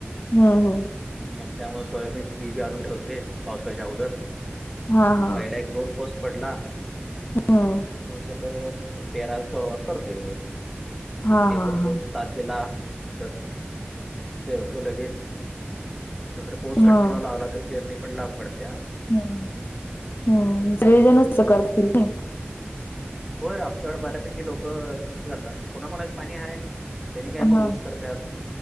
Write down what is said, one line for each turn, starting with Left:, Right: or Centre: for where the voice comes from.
Left: हो- हो.
Centre: मग त्यामुळे सोयाबीनची बी-बी आणून ठेवतय पावसाळ्याच्या अगोदर.
Left: हां, हां.
Centre: पहिला एक दोन पाऊस पडला की
Left: हं.
Centre: मग पेरायला सुरुवात करतोय.
Left: हां,
Centre: मग ते
Left: हां,
Centre: पण पाऊस
Left: हां.
Centre: साथ दिला तर पेरतो लगेच. सदर पोस
Left: हां.
Centre: कंटिन्यू लावला तर पेरणी पण लांब पडत्या
Left: हम्म हम्म सगळे जणच तसं करतात की नाही.
Centre: होय आमच्याकड बऱ्यापैकी लोक तसंच करतात कोणाकोणाचे पाणी आहे त्याने काय
Left: हां.
Centre: मग ऊस करतात